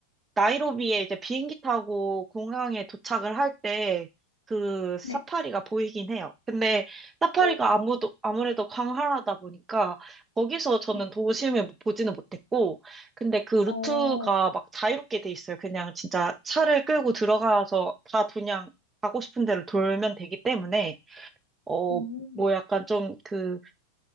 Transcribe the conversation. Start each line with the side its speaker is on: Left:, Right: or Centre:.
Right: 나이로비에 이제 비행기 타고 공항에 도착을 할 때 그 사파리가
Left: 네.
Right: 보이긴 해요. 근데 사파리가
Left: 어,
Right: 아무도, 아무래도 광활하다 보니까 거기서 저는
Left: 네.
Right: 도심을 못- 보지는 못했고, 근데 그 루트가
Left: 어,
Right: 막 자유롭게 돼 있어요. 그냥 진짜 차를 끌고 들어가서 다 그냥 가고 싶은 대로 돌면 되기 때문에, 어,
Left: 음,
Right: 뭐 약간 좀 그,